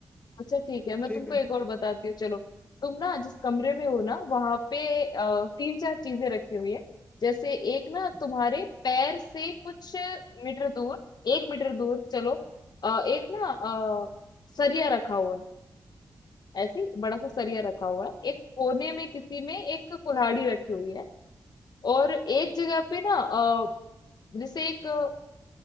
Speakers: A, on the left; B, on the left.
A: अच्छा ठीक है मैं
B: ठीक
A: तुमको
B: है
A: एक और बताती हूँ चलो तुम ना जिस कमरे में हो ना वहां पे अ, तीन चार चीजें रखी हुई है जैसे एक ना
B: हम्म,
A: तुम्हारे पैर से कुछ मीटर दूर एक मीटर दूर चलो अ, एक ना अ, सरिया रखा हुआ है ऐसी बड़ा सा सरिया रखा हुआ है एक कोने में किसी में एक कुल्हाड़ी रखी हुई है और एक जगह पे ना अ, जैसे एक अ,